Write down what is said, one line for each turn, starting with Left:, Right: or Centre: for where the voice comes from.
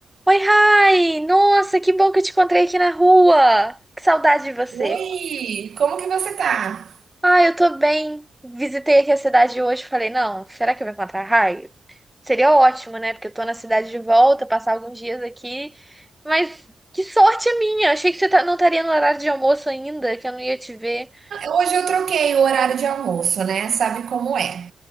Centre: Oi, Rai! Nossa, que bom que eu te encontrei aqui na rua! Que saudade de você!
Right: Oi, como que você tá?
Centre: Ah, eu tô bem. Visitei aqui a cidade hoje e falei, não, será que eu vou encontrar a Rai? Seria ótimo, né? Porque eu tô na cidade de volta, passar alguns dias aqui. Mas que sorte a minha! Achei que você tá- não estaria no horário de almoço ainda, que eu não ia te ver.
Right: Hoje eu troquei o horário de almoço, né? Sabe como é?